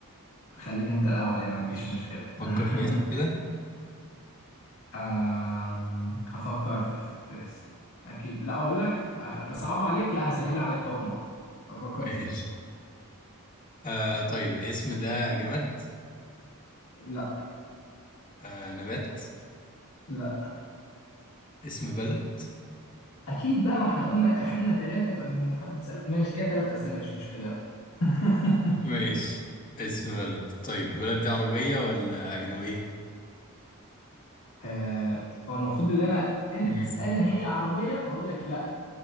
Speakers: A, on the left; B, on the left.
A: خليك انت الاول يعني مفيش
B: ماشي
A: مشكلة
B: فكر
A: <laughs>
B: في اسم كده
A: أم... فكرت في اسم اكيد لا اقول لك أخ- صعب عليك لا هسهل عليك اول مرة فكرت
B: ماشي
A: في اسم
B: آه طيب الاسم ده جماد
A: لا
B: آه نبات
A: لا
B: اسم بلد
A: اكيد بقى ما احنا قلنا اخرنا ثلاثة يبقى مش مفهوم تسأل ماشي كده ثلاث اسئلة مش مشكلة يلا <laughs>
B: ماشي اسم بلد طيب بلد دي عربية ولا أجنبية؟
A: آه، هو المفروض ان انا انت
B: مم.
A: تسألني هي عربية اقول لك لا